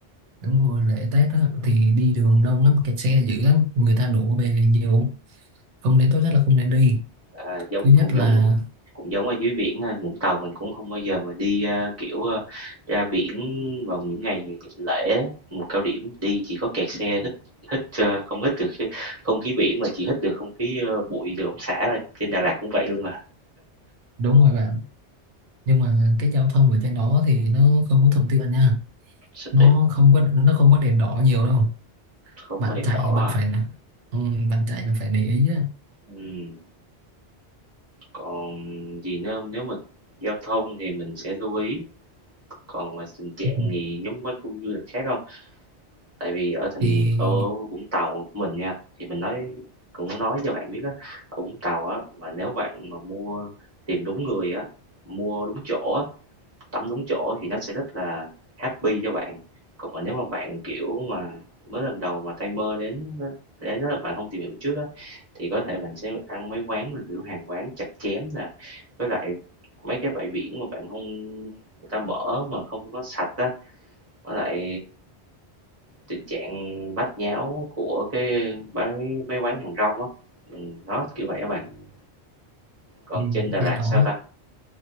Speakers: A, on the right; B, on the right.
A: đúng rồi lễ Tết đó, thì đi đường đông lắm kẹt xe dữ lắm người ta đổ về nhiều không nên tốt nhất là không nên đi
B: À, giống
A: thứ nhất
B: cũng
A: là
B: giống cũng giống ở dưới biển ha, Vũng Tàu mình cũng không bao giờ mà đi, a, kiểu, a, ra biển vào những ngày lễ, mùa cao điểm, đi chỉ có kẹt xe, hít hít, ơ, không hít được khí không khí biển mà chỉ hít được không khí, ơ, bụi từ ống xả thôi. Trên Đà Lạt cũng vậy luôn à,
A: đúng rồi bạn nhưng mà cái giao thông ở trên đó thì nó không có thuận tiện nha
B: Sao
A: nó
B: tiểu-
A: không có nó không có đèn đỏ nhiều đâu
B: không
A: bạn
B: có đèn
A: chạy
B: đỏ
A: bạn
B: à.
A: phải là ừ, bạn chạy bạn phải để ý á.
B: Ừm. Còn gì nữa hông? Nếu mà giao thông thì mình sẽ lưu ý, còn mà tình trạng
A: Ừ.
B: thì giống mấy khu du lịch khác không Tại vì ở thành
A: thì,
B: ở Vũng Tàu của mình nha, thì mình nói cũng nói cho bạn biết á, ở Vũng Tàu á, mà nếu bạn mà mua tìm đúng người á, mua đúng chỗ á, tắm đúng chỗ thì nó sẽ rất là happy cho bạn. Còn nếu mà bạn, kiểu mà, mới lần đầu mà tay mơ đến á đến á, bạn không tìm hiểu trước á, thì có thể bạn sẽ ăn mấy quán mà, kiểu, hàng quán chặt chém nè, với lại mấy cái bãi biển mà bạn không người ta mở mà không có sạch á, với lại tình trạng bát nháo của cái bái mấy quán hàng rong á. Ừm, đó, kiểu vậy các bạn. Còn
A: thì
B: trên Đà Lạt
A: đèn đỏ
B: sao ta?